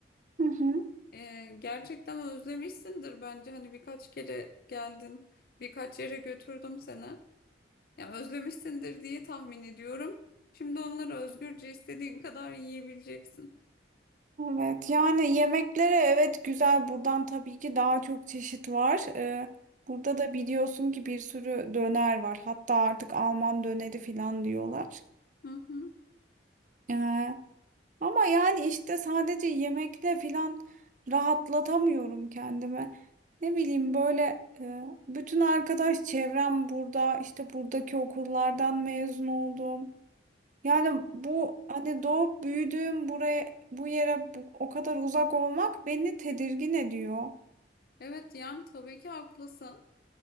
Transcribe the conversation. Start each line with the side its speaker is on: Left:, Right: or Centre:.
Right: Hı hı.
Left: e, gerçekten özlemişsindir bence. Hani birkaç kere geldin, birkaç yere götürdüm seni. Ya özlemişsindir diye tahmin ediyorum. Şimdi onları özgürce istediğin kadar yiyebileceksin.
Right: Evet yani yemeklere evet güzel buradan tabii ki daha çok çeşit var. Ee, burada da biliyorsun ki bir sürü döner var. Hatta artık Alman döneri falan diyorlar.
Left: Hı hı.
Right: Ee, ama yani işte sadece yemekle falan rahatlatamıyorum kendimi. Ne bileyim böyle e, bütün arkadaş çevrem burada işte buradaki okullardan mezun oldum. Yani bu hani doğup büyüdüğüm buraya bu yere bu- o kadar uzak olmak beni tedirgin ediyor.
Left: Evet yani tabii ki haklısın.